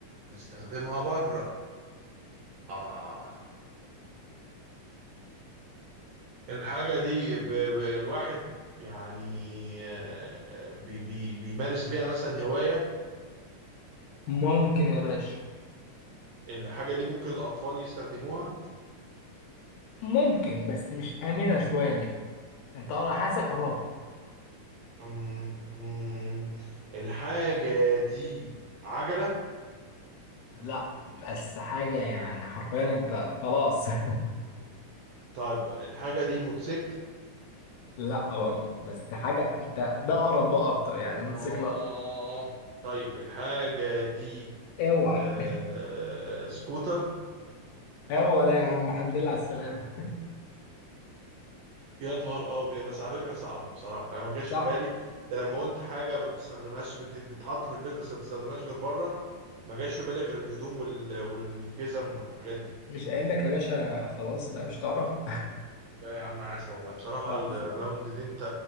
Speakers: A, on the right (about 75°); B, on the left (about 80°).
A: نستخدمها بره آه الحاجة دي ب... ب... الواحد يعني آه، آه، بي... بي... بيمارس بيها مثلا هواية
B: ممكن يا باشا
A: الحاجة دي ممكن الأطفال يستخدموها
B: ممكن بس مش آمنة شوية ليه انت قر- حاسك قربت
A: أمم، أمم، الحاجة دي عجلة
B: لا بس حاجة يعني حرفيا انت خلاص <laughs>
A: طيب الحاجة دي موتوسيكل
B: لا برضه بس حاجة انت ده اقرب بقى اكتر يعني الموتوسيكل
A: آه
B: اقرب
A: طيب الحاجة دي
B: اوعى
A: آه سكوتر
B: هو ده يا عم الحمد لله على السلامة
A: يا نهار أبيض بس على فكرة صعبة بصراحة يعني ما جاش
B: صح
A: في بالي أنت لما قلت حاجة ما بتستخدمهاش بت... بتحط في البيت بس ما بتستخدمهاش غير بره ما جاش في بالي غير الهدوم وال... والجزم والحاجات دي
B: مش قايل لك يا باشا خلاص بقى مش تعرف <laughs>
A: لا يا عم عاش والله بصراحة
B: خلاص
A: الراوند
B: يا عم
A: دي أنت